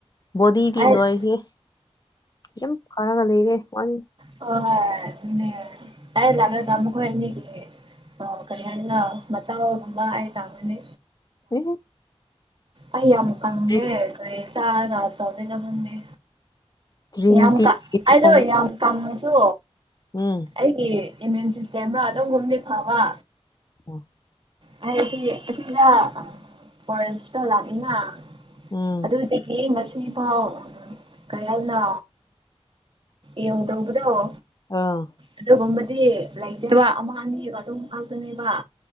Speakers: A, on the left; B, on the right.
A: ꯕꯣꯗꯤꯗꯤ
B: ꯑꯩ
A: ꯂꯣꯏꯈ꯭ꯔꯦ ꯌꯥꯝ ꯐꯔꯒ ꯂꯩꯔꯦ ꯃꯥꯅꯤ
B: ꯍ‌ꯣꯏ ꯑꯗꯨꯅ‌ꯦ ꯑꯩ ꯂꯥꯛꯔꯒ ꯃꯈ‌ꯣꯏ ꯑꯅꯤꯒꯤ ꯑꯣ ꯀꯔꯤ ꯍꯥꯏꯅ ꯃꯆꯥꯥꯎꯒꯨꯝꯕ ꯍꯥꯏ ꯇꯥꯕꯅꯤ
A: ꯑꯦ
B: ꯑꯩ ꯌꯥꯝ ꯀꯪꯉ‌ꯦ
A: ꯇ꯭ꯔꯤ
B: ꯀꯩ ꯆꯥꯔꯒ ꯇ ꯈꯪꯗꯦ
A: ꯇ꯭ꯔꯤꯅꯤꯇꯤ
B: ꯌꯥꯝ ꯀ
A: ꯌꯨꯅꯤꯐꯣꯝ
B: ꯑꯩꯗꯣ ꯌꯥꯝ ꯀꯪꯉꯁꯨ
A: ꯎꯝ
B: ꯑꯩꯒꯤ ꯏꯃ꯭ꯌꯨꯟ ꯁꯤꯁꯇꯦꯝꯔ‌ꯣ ꯑꯗꯨꯒꯨꯝꯕꯗꯤ ꯐꯕ
A: ꯑꯣ
B: ꯍꯥꯏꯁꯤ ꯑꯁꯤꯗ ꯑꯣꯔꯦꯟꯁꯇ ꯂꯥꯛꯅꯤꯅ
A: ꯎꯝ
B: ꯑꯗꯨꯗꯤ ꯌꯦ ꯉꯁꯤꯐꯥꯎ ꯀꯌꯥꯅ ꯌꯦꯎꯗꯕꯗꯣ
A: ꯑꯥ
B: ꯑꯗꯨꯒꯨꯝꯕꯗꯤ ꯂꯩꯇꯦꯕ ꯑꯃ ꯑꯅꯤꯒ ꯑꯗꯨꯝ ꯈꯥꯛꯇꯅꯦꯕ